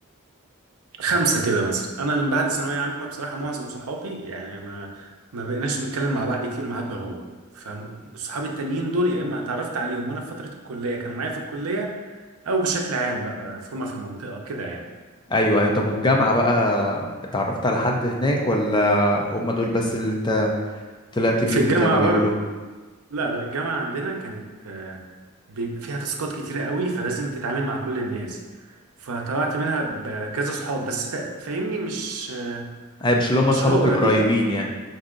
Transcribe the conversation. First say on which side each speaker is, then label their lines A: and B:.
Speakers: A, on the right; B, on the left.
A: خمسة كده مثلا أنا من بعد ثانوية عامة بصراحة معظم صحابي يعني ما ما بقيناش نتكلم مع بعض كتير ما عدا هو فصحابي التانيين دول يا إما اتعرفت عليهم وأنا في فترة الكلية كانوا معايا في الكلية او بشكل عام بقى هما في المنطقه كده يعني
B: ايوه ايوه طب والجامعة بقى اتعرفت على حد هناك ولا هم دول بس اللي انت طلعت
A: وفي
B: بيهم
A: الجامعه
B: زي ما بيقولوا
A: بر لا لا الجامعه عندنا كانت آه، بيبقى فيها تاسكات كتيره قوي فلازم تتعامل مع كل الناس فطلعت منها بكذا صحاب بس تق- فاهمني مش آه،
B: ايوه مش اللي هم
A: مش
B: اصحابك
A: اللي هو قريبين
B: القريبين
A: قوي
B: يعني